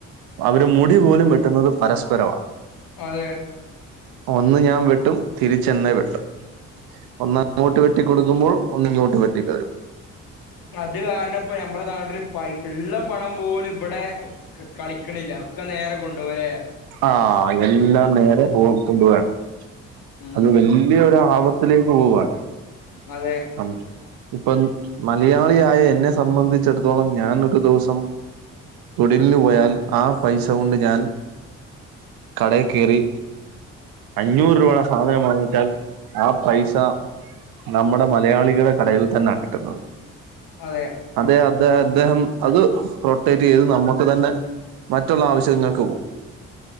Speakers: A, on the right; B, on the left.
A: അവര് മുടി പോലും വെട്ടുന്നത് പരസ്പരവാ.
B: അതെ.
A: ഒന്ന് ഞാൻ വെട്ടും. തിരിച്ചെന്നെ വെട്ടും. ഒന്ന് അങ്ങോട്ട് വെട്ടി കൊടുക്കുമ്പോൾ ഒന്ന് ഇങ്ങോട്ട് വെട്ടി തരും.
B: അത് കാരണം ഇപ്പോ നമ്മളെ നാട്ടില് പൈ ഉള്ള പണം പോലും. ഇവിടെ കളിക്ക്ണില്ല. ഒക്കെ നേരെ കൊണ്ടോവാലെ.
A: ആ എല്ലാം നേരെ പോയികൊണ്ടുവാണ്.
B: ഉം
A: അത് വല്ലിയൊര്‌ ആപ <unintelligible> ത്തിലേക്ക് പോവാണ്.
B: അതെ.
A: അം. <inaudible> ഇപ്പം മലയാളിയായ എന്നെ സംബന്ധിച്ചിടത്തോളം ഞാനൊരു ദിവസം. തൊഴിലിനു പോയാൽ ആ പൈസ കൊണ്ട് ഞാൻ. കടേ കേറി അഞ്ഞൂറ് രൂപടെ സാധനം വാങ്ങിച്ചാൽ ആ പൈസ നമ്മ ന്ന മലയാളികളെ കടയിൽ തന്നാ കിട്ടുന്നത്.
B: അതെ
A: അതെ അതെ. അദ്ദേഹം അത് റൊട്ടേറ്റ് ചെയ്തു നമ്മുക്ക് തന്നെ മറ്റുള്ള ആവശ്യങ്ങൾക്ക് പോവും.